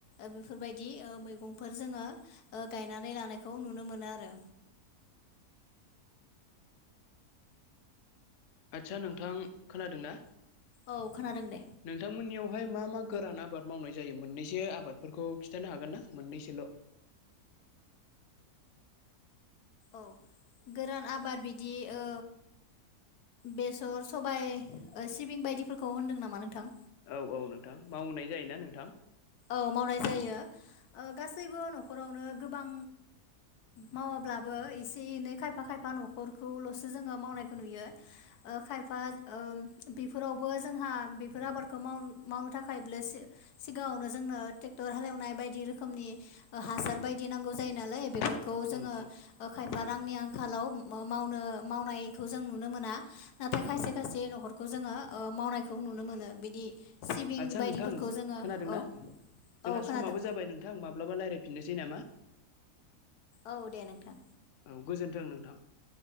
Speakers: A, on the left; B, on the left.
A: बेफोरबायदि नि ओ मैगंफोर जोङो ओ गायनानै लानायखौ नुनो मोनो आरो
B: आदसा नोंथां खोनादों ना
A: औ खोनादों दे
B: नोंथांमोननियावहाय मा मा गोरान आबाद मावनाय जायो मोननैसो आबादफोरखौ खिन्थानो हागोन ना मोननैसो हेल'
A: औ गोरान आबाद बिदि ओ बेसर, सबाय ओ सिबिं बायदिफोरखौ होनदों नामा नोंथां
B: औ- औ नोंथां मावनाय जायोना नोंथां
A: मावनाय जायो गासैबो न'खरावनो गोबां मावाब्लाबो एसे -एनै खायफा खायफा न'खरखौल'सो जोङो मावनायखौ नुयो ओ खायफा ओ बेफोरावबो जोंहा बेफोर आबादखौ माव मावनो थाखाय सिगाङावनो जोंनो ट्रेक्टर हालेवनाय बायदि रोखोमनि हासार बायदि नांगौ जायो नालाय बे खौ
B: औ-औ-औ-औ-औ-औ
A: जोङो ओ खायफा रांनि आंखालाव मावनो मावनायखौ जों नुनो मोना नाथाय खायसे खायसे न'खरखौ जोङो ओ मावनायखौ नुनो मोनो बिदि सिबिं
B: आदसा
A: बायदिफोरखौ
B: नोंथां
A: खौ जोङो
B: खोनादोंना
A: औ औ
B: जोंहा
A: खोनादों
B: समाबो जाबाय नोंथां माब्लाबा रायज्लायफिननोसै नामा
A: औ दे नोंथां
B: औ गोजोन्थों नोंथां